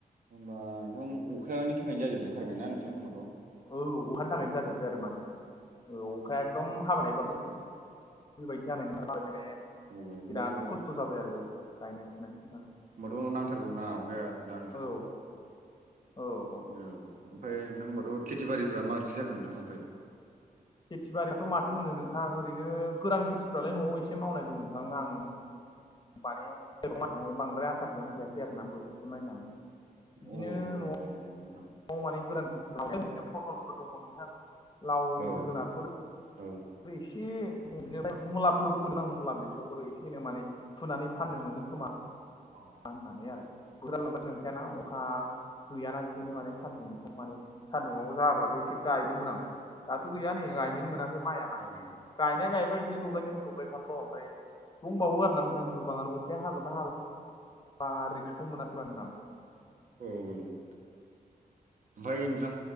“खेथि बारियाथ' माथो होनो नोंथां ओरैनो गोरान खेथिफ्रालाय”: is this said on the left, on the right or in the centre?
Left